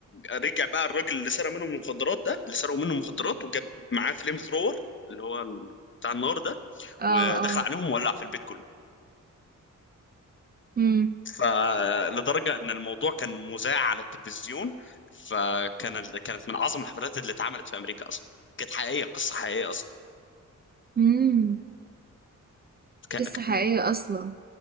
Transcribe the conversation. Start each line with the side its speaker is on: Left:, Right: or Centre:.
Left: رجع بقى الراجل اللي سرق منهم المخدرات ده اللي سرقوا منه المخدرات وجاب معاه فليم ثرور اللي هو ال- بتاع النار ده
Right: اه
Left: ودخل
Right: اه
Left: عليهم وولع في البيت كله
Right: مم.
Left: فلدرجة ان الموضوع كان مذاع على التلفزيون فكان كانت من اعظم الحفلات اللي اتعملت في امريكا اصلا كانت حقيقية قصة حقيقية اصلا
Right: مم.
Left: ك...
Right: قصة
Left: ك...
Right: حقيقية
Left: و-
Right: أصلا